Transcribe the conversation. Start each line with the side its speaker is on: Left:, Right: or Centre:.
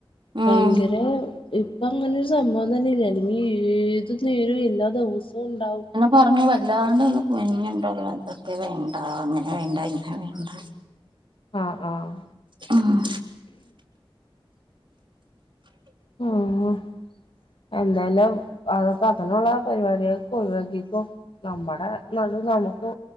Right: ഉം
Left: ഭയങ്കരെ ഇപ്പൊ അങ്ങനെ സംഭവം തന്നെ ഇല്ല അല്ലെങ്കിൽ ഏത് നേരും എല്ലാ ദിവസവും ഉണ്ടാവും
Right: പറഞ്ഞ് വല്ലാണ്ട് ഒന്ന് കുനിഞ്ഞിട്ടുള്ള ഇതൊക്കെ വേണ്ട അങ്ങനെ വേണ്ട ഇങ്ങനെ വേണ്ട
Left: ആഹ് ആഹ്
Right: ഉം
Left: ഉം എന്തായാലും അതൊക്കെ അങ്ങനെയുള്ള പരിപാടികൾക്ക ഒഴിവാക്കിക്കോ നമ്മുടെ നടു നമുക്ക്